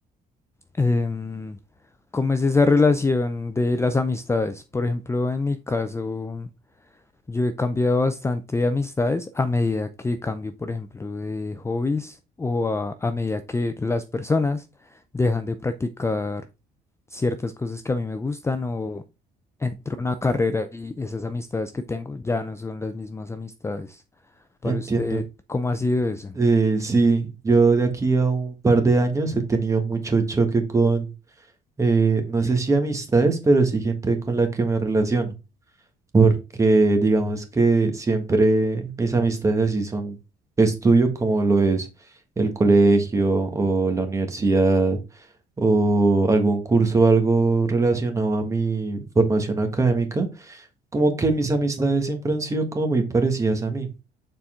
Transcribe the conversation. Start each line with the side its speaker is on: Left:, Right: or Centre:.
Left: em, cómo es esa relación de las amistades. Por ejemplo, en mi caso, yo he cambiado bastante de amistades a medida que cambio, por ejemplo, de hobbies o a, a medida que las personas dejan de practicar ciertas cosas que a mí me gustan o entro a una carrera y esas amistades que tengo ya no son las mismas amistades. Para
Right: Entiendo.
Left: usted, ¿cómo ha sido eso?
Right: Eh, sí, yo de aquí a un par de años he tenido mucho choque con eh, no sé si amistades, pero sí gente con la que me relaciono, porque digamos que siempre mis amistades así son estudio como lo es el colegio o la universidad o algún curso o algo relacionado a mi formación académica, como que mis amistades siempre han sido como muy parecidas a mí,